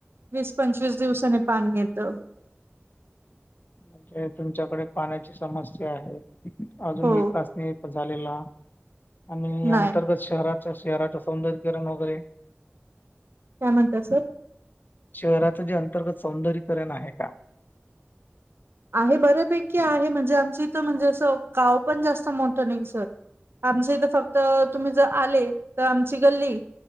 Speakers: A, on the right; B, on the left.
A: वीस पंचवीस दिवसाने पाणी येतं.
B: म्हणजे तुमच्याकडे पाण्याची समस्या आहे अजून
A: हो
B: विकास नाही. झालेला आणि
A: नाही
B: अंतर्गत शहराच्या शहराच सौंदर्यकरण वगैरे.
A: काय म्हणता सर?
B: शहराचं जे अंतर्गत सौंदर्यकरण आहे का?
A: आहे बऱ्यापैकी आहे म्हणजे आमच इथं म्हणजे असं गाव पण जास्त मोठं नाही सर. आमचे इथं फक्त तुम्ही जर आले तर आमची गल्ली.